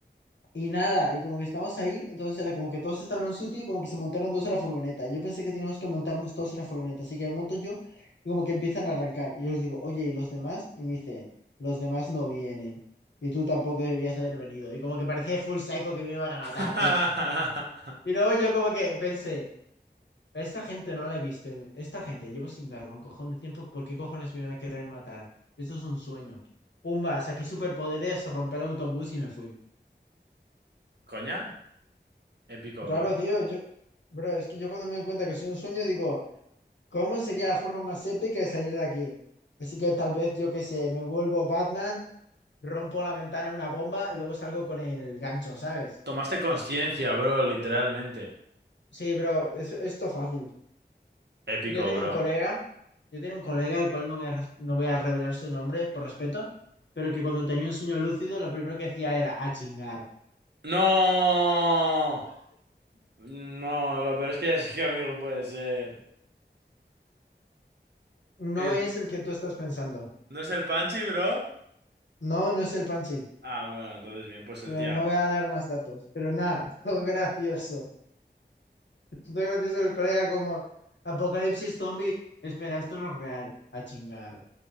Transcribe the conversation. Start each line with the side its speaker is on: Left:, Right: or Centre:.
Left: Y nada, y como que estábamos ahí, entonces era como que todos estaban en un sitio y como que se montaron dos a la furgoneta. Y yo pensé que teníamos que montarnos todos a la furgoneta, así que me monto yo y como que empiezan a arrancar. Y yo les digo, oye, ¿y los demás? Y me dice, los demás no vienen. Y tú tampoco deberías haber venido. Y como que parecía full psycho que me iban a matar,
Right: <laughs>
Left: tío. Y luego yo como que pensé, "A esta gente no la he visto. en- Esta gente llevo sin verlo un cojón de tiempo. ¿Por qué cojones me iban a querer matar? Esto es un sueño. Pumba, saqué superpoderes, rompí el autobús y me fui.
Right: ¿Coña? Épico,
Left: Claro,
Right: bro.
Left: tío, yo, bro, es que yo cuando me doy cuenta que soy un sueño digo, ¿cómo sería la forma más épica de salir de aquí? Así que tal vez, yo qué sé, me vuelvo Batman, rompo la ventana una bomba y luego salgo con el gancho, ¿sabes?
Right: Tomaste conciencia, bro, literalmente.
Left: Sí, bro, es, esto fácil.
Right: Épico,
Left: Yo tenía
Right: bro.
Left: un colega, yo tenía un colega, el cual no voy a, res- no voy a revelar su nombre por respeto, pero que cuando tenía un sueño lúcido lo primero que hacía era a chingar.
Right: ¡No! No, lo peor es que ya sé qué amigo puede ser.
Left: No
Right: El...
Left: es el que tú estás pensando.
Right: ¿No es el Panchi, bro?
Left: No, no es el Pansy,
Right: Ah, bueno, entonces bien, pues
Left: pero
Right: el Tiago.
Left: no voy a dar más datos. Pero nada, <laughs> todo gracioso. Estoy gracioso el colega como Apocalipsis Zombie. Espera, esto no es real. A chingar.